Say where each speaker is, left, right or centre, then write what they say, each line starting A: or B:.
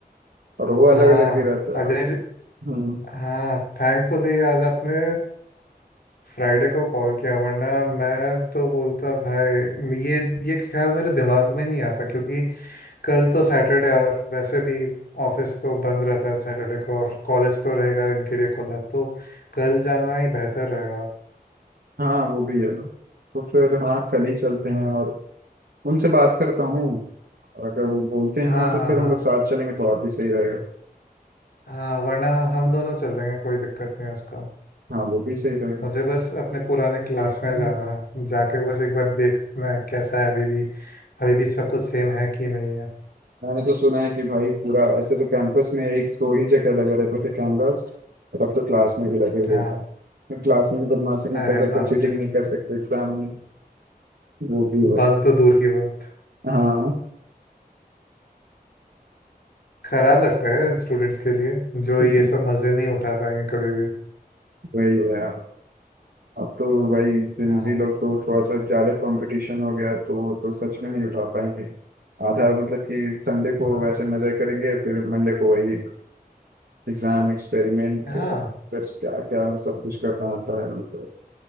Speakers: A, on the right (about 90°); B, on the left (about 75°).
A: और वो अलग
B: हाँ
A: अलग भी रहते हैं यार
B: अगर
A: हम्म
B: हाँ थैंकफुली आज आपने फ्राइडे को कॉल किया वरना मैं तो बोलता भाई ये ये ख्याल मेरे दिमाग में नहीं आता क्योंकि कल तो सैटरडे और वैसे भी ऑफिस तो बंद रहता है सैटरडे को और कॉलेज तो रहेगा इनके लिए खुला तो कल जाना ही बेहतर रहेगा
A: हाँ वो भी है तो फिर हाँ कल ही चलते
B: हाँ
A: हैं और उनसे बात करता हूँ और अगर वो बोलते हैं
B: हाँ
A: हाँ तो
B: हाँ
A: फिर
B: हाँ
A: हम लोग साथ चलेंगे तो और भी सही रहेगा
B: हाँ वरना हम दोनों चल देंगे कोई दिक्कत नहीं है उसका
A: हाँ वो भी सही रहेगा
B: मुझे बस अपने पुराने क्लास में
A: हम्म।
B: जाना है जाके बस एक बार देखना है कैसा है अभी भी अभी भी सब कुछ सेम है कि नहीं है
A: मैंने तो सुना है कि भाई पूरा ऐसे तो कैंपस में एक दो ही जगह लगे रहते थे कैमरास और अब तो क्लास में भी लगे हुए
B: हाँ
A: हैं क्लास में भी बदमाशी नहीं
B: अरे
A: कर सकते
B: बाप
A: चीटिंग
B: रे
A: नहीं
B: <laughs>
A: कर सकते एग्जाम में वो भी हो
B: बंद तो दूर की बात
A: हाँ
B: खराब लगता है यार इन स्टूडेंट्स के लिए जो
A: <laughs>
B: ये सब मजे नहीं उठा पाएंगे कभी भी
A: वही है यार अब तो वही जिंजी
B: हाँ
A: लोग तो थोड़ा सा ज्यादा कंपटीशन हो गया तो तो सच में नहीं उठा पाएंगे आधा मतलब कि संडे
B: अब-
A: को वैसे मजा करेंगे फिर मंडे को वही एग्जाम एक्सपेरिमेंट
B: हाँ
A: फिर क्या क्या सब कुछ करना होता है उनको।